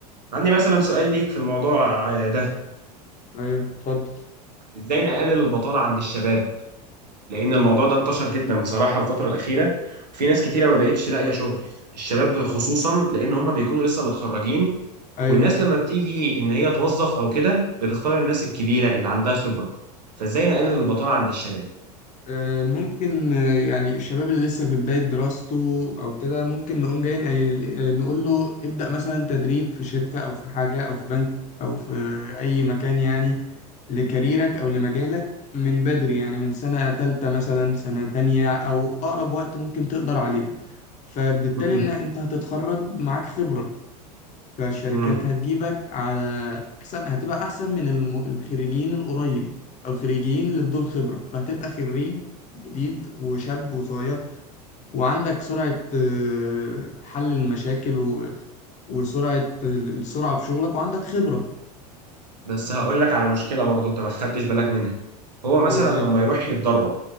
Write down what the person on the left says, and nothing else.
ايوه اتفضل
ايوه
آه، ممكن آه، يعني الشباب اللي لسه في بداية دراسته او كده ممكن نقوم جايين نقول له ابدأ مثلا تدريب في شركة او في حاجة او في بنك او في اي مكان يعني لكاريرك او لمجالك من بدري يعني من سنة تالتة مثلا سنة تانية او اقرب وقت ممكن تقدر عليه فبالتالي
ان انت هتتخرج معاك خبرة فالشركات
هتجيبك على احسن هتبقى احسن من الم... الخريجين القريب او الخريجين اللي بدون خبرة فهتبقى خريج جديد وشاب وصغير وعندك سرعة آه، حل المشاكل و... وسرعة السرعة في شغلك وعندك خبرة
هي